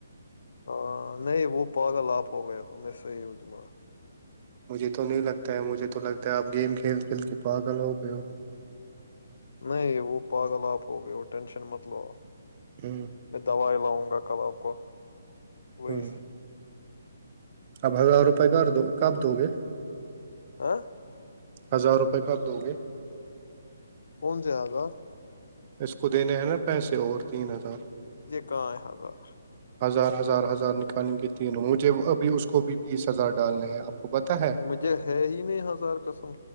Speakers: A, on the left (about 60°); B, on the right (about 35°).
A: ہاں نہیں وہ پاگل آپ ہو گیا ہو میں صحیح ہوںم
B: مجھے تو نہیں لگتا ہے مجھے تو لگتا ہے آپ گیم کھیل کھیل کے تو آگل ہو گئے ہو
A: نہیں وہ پاگل آپ ہو گئے وہ ٹینشن مت لو
B: ہ
A: میں دوائی لاؤں گا کل آپ کو وہی
B: ہ اب ہزار روپئے ک دو کب دو گے
A: آاں <unintelligible>
B: ہزار روپئے کاب دو گے
A: کون سے آزات
B: اس کو دینے ہیں نا پیسے اور تین ہزار
A: کہ حضار
B: ہزار ہزار ہزار نکالیں گے تینوں مجھے ابھی اس کو بھی بیس ہزار ڈالنے ہیں آپ کو پتا ہے
A: مجھے ہے ہی نہیں ہزار قسم